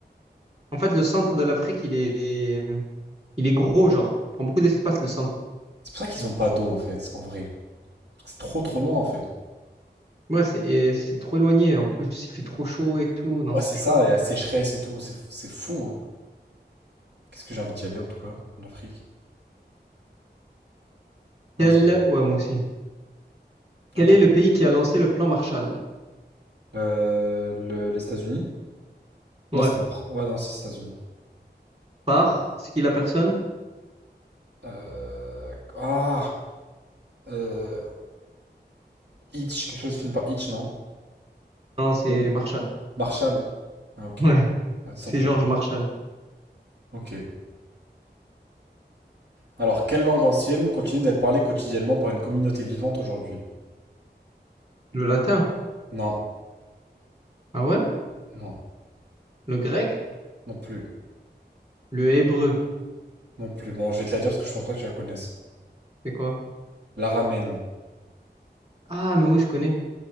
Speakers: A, on the right; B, on the right.
A: en fait, le centre de l'Afrique, il est... il est gros, genre. Il prend beaucoup d'espace, le centre.
B: C'est pour ça qu'ils ont pas d'eau en fait, en vrai. Parce que C'est trop trop loin en fait.
A: Ouais, c'est et c'est trop éloigné. En plus, il fait trop chaud et tout. Non,
B: Ouais,
A: c'est
B: c'est
A: chaud.
B: ça, et la sécheresse et tout, c'est c'est fou, hein. Qu'est-ce que j'ai envie d'y aller en tout cas, en Afrique. Vas-y.
A: Quel... Ouais, moi aussi.
B: Attends.
A: Quel est le pays qui a lancé le plan Marshall?
B: Euh, le- les États-Unis?
A: Ouais.
B: Non, c'est en France. Ouais, non, c'est les États-Unis.
A: Par? C'est qui la personne?
B: Euh... Ah! Euh... Hitch, quelque chose qui finit par Hitch, non?
A: Non, c'est
B: Oui.
A: Marshall.
B: Marshall. Ah, ok.
A: <laughs> Ouais,
B: Ah, tout simplement.
A: c'est Georges Marshall.
B: Ok. Alors, quelle langue ancienne continue d'être parlée quotidiennement par une communauté vivante aujourd'hui?
A: Le latin?
B: Non,
A: Ah ouais?
B: non,
A: Le grec?
B: non plus,
A: Le hébreu?
B: non plus. Bon, je vais te la dire parce que je pense pas que tu la connaisses.
A: C'est quoi?
B: L'araméen.
A: Ah, mais oui, je connais.